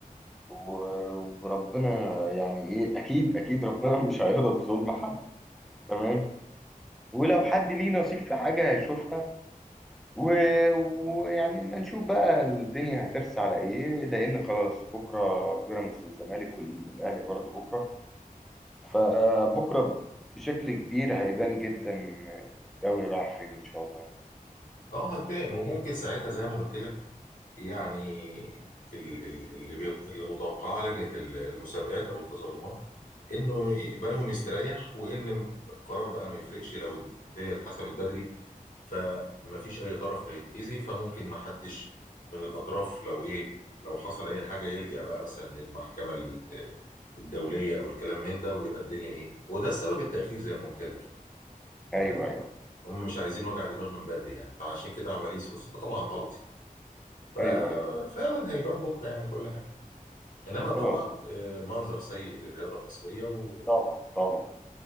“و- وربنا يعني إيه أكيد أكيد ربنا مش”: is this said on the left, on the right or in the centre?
Centre